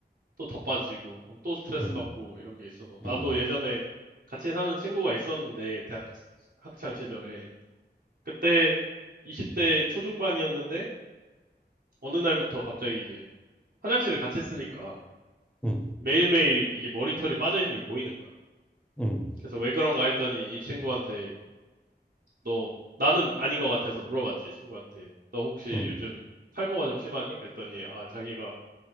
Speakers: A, on the right; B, in the centre.
A: 또 더 빠지고, 그럼 또 스트레스
B: 응,
A: 받고 이런 게 있어서. 나도
B: 응,
A: 예전에 같이 사는 친구가 있었는데, 대학 학창 시절에. 그때 20대 초중반이었는데, 어느 날부터 갑자기 이제 화장실을 같이 쓰니까
B: 응,
A: 매일매일 이게 머리털이 빠져 있는 게 보이는 거야.
B: 응,
A: 그래서 왜 그런가 했더니 이 친구한테 너, 나는 아닌 것 같아서 물어봤지, 친구한테. 너 혹시
B: 응, 응,
A: 요즘 탈모가 좀 심하니? 그랬더니 아, 자기가